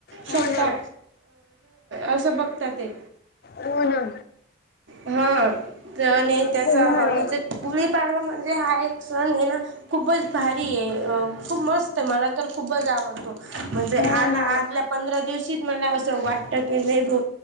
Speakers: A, on the left; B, on the right.
A: हो
B: शकता
A: ना
B: असं बघता ते
A: हो ना
B: हा त्याचा
A: खूप भारी
B: म्हणजे
A: आहे.
B: गुळी पाडवा म्हण म्हणजे हा एक सण ये ना खूपच भारी आहे खूप मस्त आहे मला तर खूपच आवडतो म्हणजे
A: हो
B: आला
A: ना
B: आदल्या पंधरा दिवशीत मला असं वाटती नाही ब